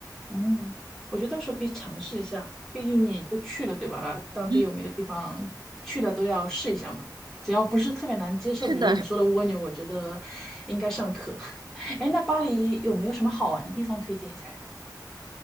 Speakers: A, in the centre; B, on the right.
A: 嗯，我觉得到时候可以尝试一下，毕竟你都去了，对吧？当地有名的地方去了都要试一下嘛，
B: 嗯，
A: 只要不是特别难接受，
B: 是的，
A: 比如你说的蜗牛，我觉得应该尚可。<laughs> 哎，那巴黎有没有什么好玩的地方推荐一下？